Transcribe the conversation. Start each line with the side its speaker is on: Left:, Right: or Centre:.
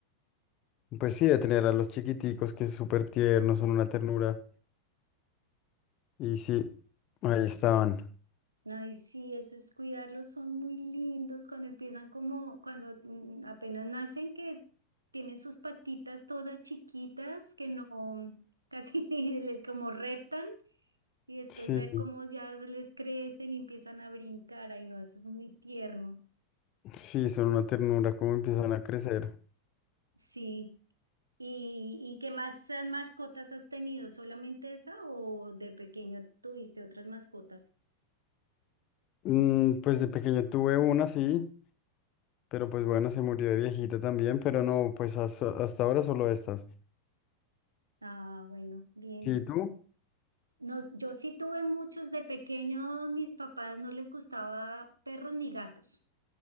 Left: pues sí, de tener a los chiquiticos que es súper tiernos, son una ternura, y sí, ahí estaban.
Right: Ay, sí, eso es cuidarlos, son muy lindos cuando empiezan como, cuando mm, apenas nacen, que tienen sus patitas todas chiquitas, que no, mm, casi <laughs> ni le- como reptan, y después
Left: Sí.
Right: ver cómo ya les crecen y empiezan a brincar, ay no, eso es muy tierno.
Left: Sí, son una ternura, cómo empiezan a crecer.
Right: Sí. ¿Y, y qué más eh, mascotas has tenido? ¿Solamente esa o de pequeño tuviste otras mascotas?
Left: Mm, pues de pequeño tuve una, sí, pero pues bueno, se murió de viejita también, pero no, pues has- hasta ahora solo estas.
Right: Ah, bueno, bien.
Left: ¿Y tú?
Right: Nos, yo sí tuve muchos de pequeños, mis papás no les gustaba perros ni gatos.